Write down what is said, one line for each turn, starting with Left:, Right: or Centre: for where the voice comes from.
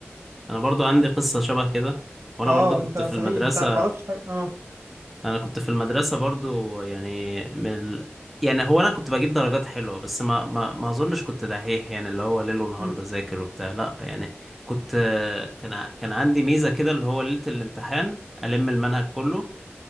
Centre: انا برضو عندي قصة شبه كده وانا
Right: اه
Centre: برضو كنت
Right: انت صحيح
Centre: في المدرسة
Right: انت انا ما اعرفش حاجة اه
Centre: انا كنت في المدرسه برضو يعني من ال... يعني هو انا كنت بجيب درجات حلوه بس ما ما ما اظنش كنت دحيح يعني اللي هو ليل ونهار
Right: مم.
Centre: بذاكر وبتاع لا يعني كنت كان ع- كان عندي ميزه كده اللي هو ليله الامتحان الم المنهج كله